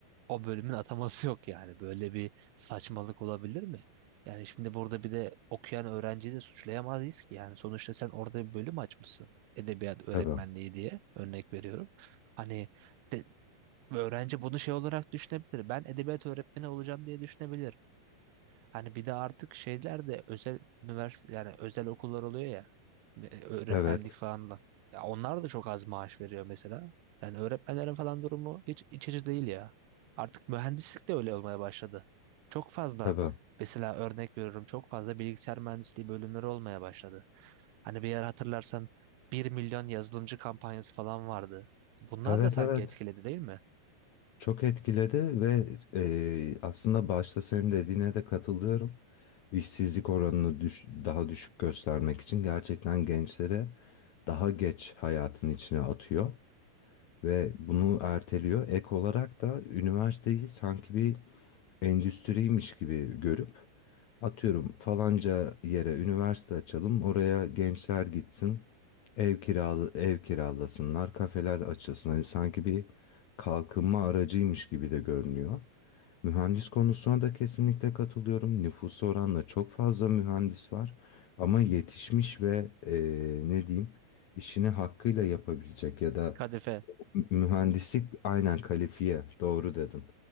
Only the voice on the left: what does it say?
Tabii.
Evet.
Tabii.
Evet
evet.
Çok etkiledi ve e, aslında başta senin dediğine de katılıyorum. İşsizlik oranını düş- daha düşük göstermek için gerçekten gençlere daha geç hayatın içine atıyor ve bunu erteliyor. Ek olarak da üniversiteyi sanki bir endüstriymiş gibi görüp Atıyorum falanca yere üniversite açalım, oraya gençler gitsin, ev kiralı ev kiralasınlar, kafeler açılsın. Hani sanki bir kalkınma aracıymış gibi de görünüyor. Mühendis konusuna da kesinlikle katılıyorum. Nüfusa oranla çok fazla mühendis var ama yetişmiş ve eee, ne diyeyim işini hakkıyla yapabilecek ya da
Mühendislik aynen kalifiye doğru dedin.